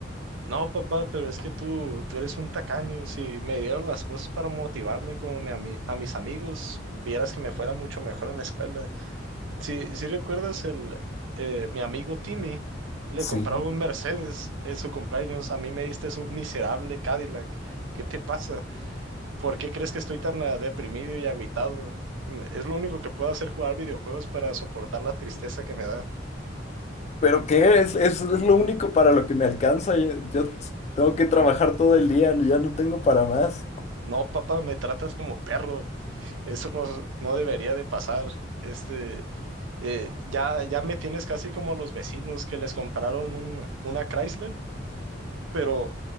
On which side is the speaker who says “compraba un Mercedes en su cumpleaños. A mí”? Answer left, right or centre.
Right